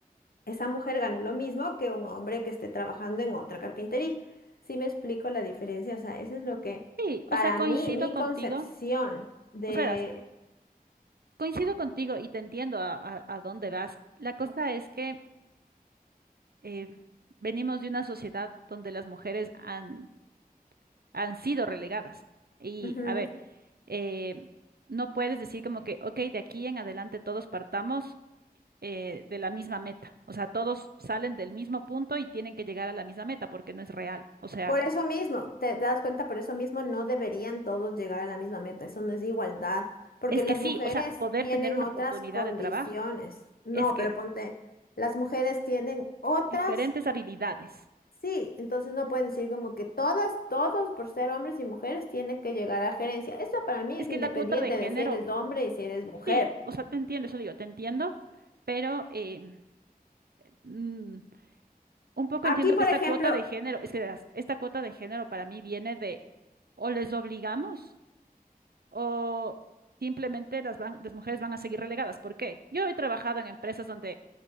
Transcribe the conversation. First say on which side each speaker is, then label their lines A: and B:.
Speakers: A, on the left; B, on the right.
A: esa mujer gane lo mismo que un hombre que esté trabajando en otra carpintería. sí me explico la diferencia? O sea, eso es lo que,
B: Sí,
A: para
B: o sea, coincido
A: mí, mi
B: contigo.
A: concepción de...
B: O sea, verás, coincido contigo y te entiendo a, a- a dónde vas. La cosa es que eh, venimos de una sociedad donde las mujeres han, han sido relegadas. Y
A: Ujú.
B: a ver, eh, no puedes decir como que, ok, de aquí en adelante todos partamos eh, de la misma meta. O sea, todos salen del mismo punto y tienen que llegar a la misma meta porque no es real. O sea,
A: Por eso mismo, te das cuenta, por eso mismo no deberían todos llegar a la misma meta. Eso no es igualdad, porque
B: es
A: las
B: que sí,
A: mujeres
B: o sea, poder
A: tienen
B: tener una
A: otras
B: oportunidad
A: condiciones.
B: de trabajo.
A: No,
B: Es que
A: pero ponte, las mujeres tienen otras
B: diferentes habilidades.
A: Sí, entonces no pueden decir como que todas, todos por ser hombres y mujeres tienen que llegar a gerencia. Eso para mí
B: Es
A: es
B: que
A: independiente
B: la cuota de género,
A: de si eres hombre y si eres mujer.
B: sí, o sea, te entiendo, eso digo, te entiendo, pero... em, mm, Un poco
A: Aquí,
B: entiendo
A: por
B: que esta
A: ejemplo,
B: cuota de género, es que verás, esta cuota de género para mí viene de o les obligamos o simplemente las, van- las mujeres van a seguir relegadas. ¿Por qué? Yo he trabajado en empresas donde